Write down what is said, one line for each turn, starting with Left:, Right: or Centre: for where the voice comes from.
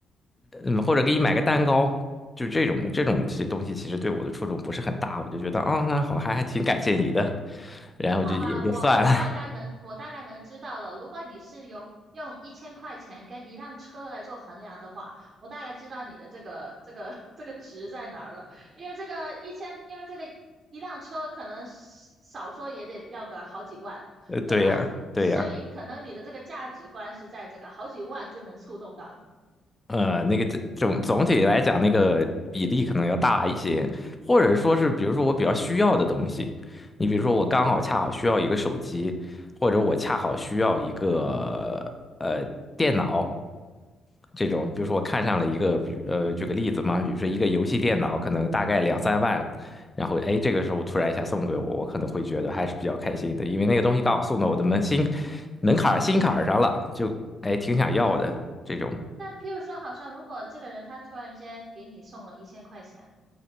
Left: 嗯，或者给你买个蛋糕，就这种这种其实东西，其实对我的触动不是很大，我就觉得，哦，那好，还还挺感谢你的，然后就也就算了。
Right: 好吧，我我大概能我大概能知道了。如果你是用用一千块钱跟一辆车来做衡量的话，我大概知道你的这个这个 <laughs> 这个值在哪儿了。因为这个一千，因为这个一辆车可能是少说也得要个好几万，
Left: 呃，对呀，
Right: 对吧？<laughs>
Left: 对呀，
Right: 所以可能你的这个价值观是在这个好几万就能触动到你。
Left: 呃，那个总总体来讲，那个比例可能要大一些，或者说是，
Right: 嗯
Left: 比如说我比较需要的东西，你比如说我刚好恰好需要一个手机，或者我恰好需要一个呃电脑这种，比如说我看上了一个，比如呃举个例子嘛，比如说一个游戏电脑，可能大概两三万，然后哎这个时候突然一下送给我，我可能会觉得还是比较开心的，因为那个东西刚好送到我的门心门槛儿心坎儿上了，就哎挺想要的这种。
Right: 但譬如说，好像如果这个人他突然间给你送了一千块钱，